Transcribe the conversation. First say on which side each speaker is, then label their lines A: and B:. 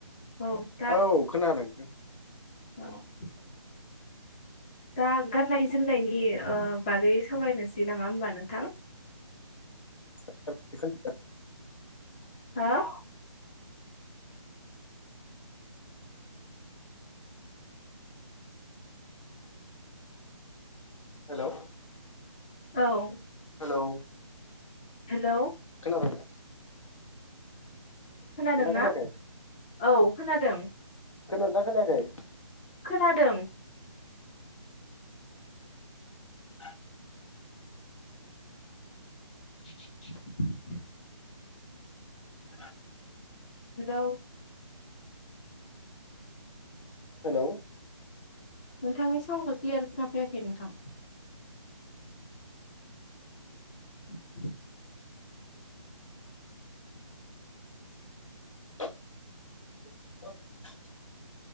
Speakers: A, on the left; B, on the left.
A: औ दा
B: औ खोनादों।
A: <unintelligible>
B: उ <inaudible>
A: दा गाननाय जोमनायनि ओ बागै सावरायनोसै नामा होमबा नोंथां?
B: <unintelligible>
A: हो!
B: हेलौ।
A: औ
B: हेलौ
A: हेलौ!
B: खोनाबायदा?
A: खोनादोंना
B: खोनायाखै
A: औ खोनादों?
B: खोनादोंना खोनायाखै?
A: खोनादों
B: <inaudible>
A: <inaudible>
B: <inaudible>
A: हेलौ
B: हेलौ
A: नोंथांनि सावनखौ क्लियार खोना फैयाखै नोंथां। <inaudible>
B: <inaudible>